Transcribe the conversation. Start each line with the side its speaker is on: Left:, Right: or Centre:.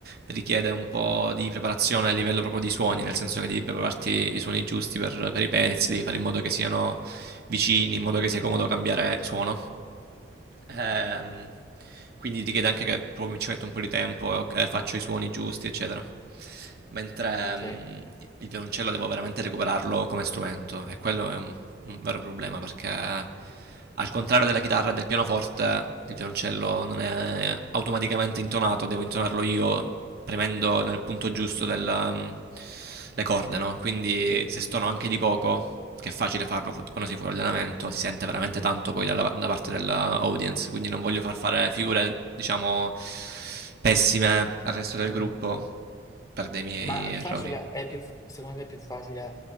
Right: richiede un po' di preparazione a livello proprio di suoni, nel senso che devi prepararti i suoni giusti per, per i pezzi, devi fare in modo che siano vicini, in modo che sia comodo cambiare suono. Ehm, quindi richiede anche che proprio ci metto un po' di tempo, eh, faccio i suoni giusti, eccetera. Mentre
Left: ok.
Right: mm, il violoncello devo veramente recuperarlo come strumento e quello è un, un vero problema perché al contrario della chitarra e del pianoforte, il violoncello non è automaticamente intonato, devo intonarlo io premendo nel punto giusto del, um, le corde, no? Quindi se stono anche di poco, che è facile farlo fu- quando si fuori allenamento, si sente veramente tanto poi dalla, da parte dell'audience, quindi non voglio far fare figure, diciamo, pessime al resto del
Left: mm.
Right: gruppo per dei miei
Left: Ma è
Right: errori.
Left: facile, è più, secondo te è più facile